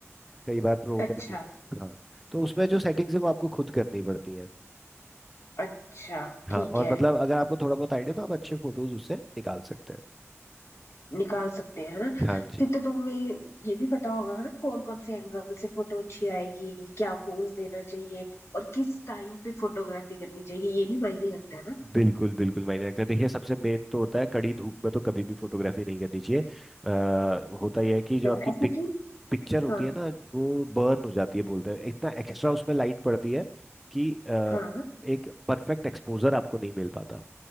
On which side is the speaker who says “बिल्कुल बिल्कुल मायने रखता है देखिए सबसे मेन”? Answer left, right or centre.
Centre